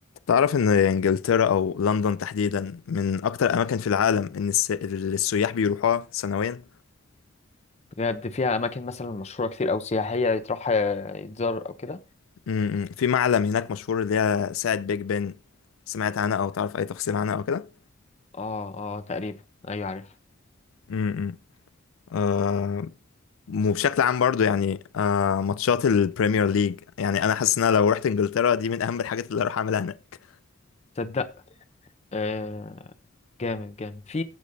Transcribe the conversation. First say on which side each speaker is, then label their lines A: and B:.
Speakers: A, on the left (about 85°); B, on the left (about 35°).
A: تعرف ان انجلترا او لندن تحديدا من اكتر الاماكن في العالم ان الس... اللي السياح بيروحوها سنويا
B: بجد فيها اماكن مثلا مشهوره كتير او سياحيه يتروح آه، يتزار او كده
A: م- م. في معلم هناك مشهور اللي هي ساعة بيج بن سمعت عنها او تعرف اي تفاصيل عنها او كده
B: اه اه تقريبا ايوه عارف
A: امم آه وبشكل عام برضو يعني آه ماتشات البريمير ليج يعني انا حاسس ان انا لو رحت انجلترا دي من اهم الحاجات اللي هروح اعملها هناك
B: تصدق آه جامد جامد في